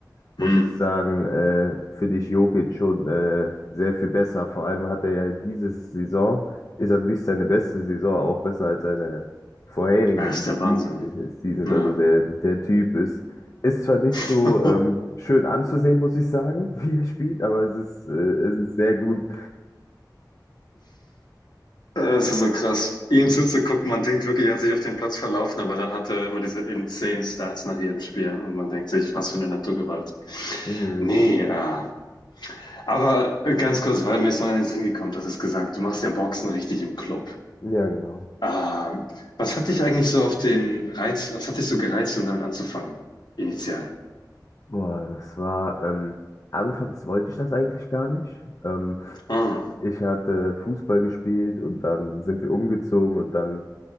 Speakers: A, on the left; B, on the left.
A: muss
B: mm.
A: ich
B: Mm.
A: sagen, äh, finde ich Jokic schon äh, sehr viel besser. Vor allem hat er ja diese Saison, ist an sich seine beste Saison, auch besser als seine vorherigen
B: Das
A: MVP
B: ist der Wahnsinn.
A: des Seasons.
B: Ja.
A: Also der, der Typ ist, ist zwar nicht so
B: <laughs>
A: ähm, schön anzusehen, muss ich sagen, <laughs> wie er spielt, aber es ist, äh, es ist sehr gut.
B: Es ist so krass, ihm zuzugucken. Man denkt wirklich, er hat sich auf den Platz verlaufen, aber dann hat er immer diese insane Stats nach jedem Spiel und man denkt sich, was für eine Naturgewalt.
A: Mhm.
B: Nee, äh, aber ganz kurz, weil mir es noch in den Sinn gekommen hat, es gesagt, du machst ja Boxen richtig im Club.
A: Ja, genau.
B: Ah, was hat dich eigentlich so auf den Reiz was hat dich so gereizt, um damit anzufangen, initial?
A: Boah, das war, ähm, anfangs wollte ich das eigentlich gar nicht. Ähm,
B: Ah,
A: ich hatte Fußball gespielt und dann sind wir umgezogen und dann,